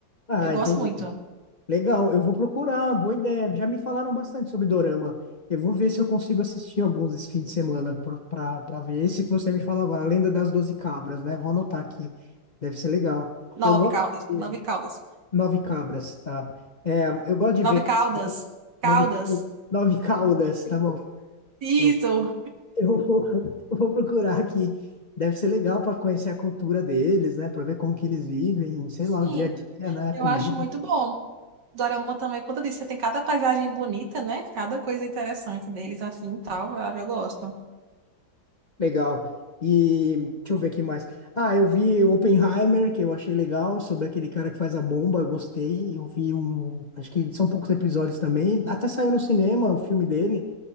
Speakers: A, on the left; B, on the right.
A: Ah,
B: Eu gosto
A: entendi.
B: muito.
A: Legal, eu vou procurar, boa ideia. Já me falaram bastante sobre Dorama. Eu vou ver se eu consigo assistir alguns esse fim de semana para ver esse que você me falou agora, A Lenda das Doze Cabras, né? Vou anotar aqui, deve ser legal. Eu
B: Nove
A: gosto
B: caudas,
A: de
B: nove caudas.
A: Nove Cabras, tá? É, eu gosto de ver
B: Nove
A: co-
B: Caldas. Caldas.
A: Nove, nove Caudas, tá bom?
B: Isso.
A: Eu, eu vou, <laughs> eu vou procurar aqui. Deve ser legal para conhecer a cultura deles, né? Para ver como que eles vivem, sei
B: Sim.
A: lá, o dia a dia, né? A
B: Eu
A: comida.
B: acho muito bom. Dorama também, por conta disso, você tem cada paisagem bonita, né? Cada coisa interessante deles, assim, e tal, eu já gosto.
A: Legal. E deixa eu ver aqui mais. Ah, eu vi o Oppenheimer, que eu achei legal, sobre aquele cara que faz a bomba, eu gostei. Eu vi um. Acho que são poucos episódios também. Até saiu no cinema o filme dele,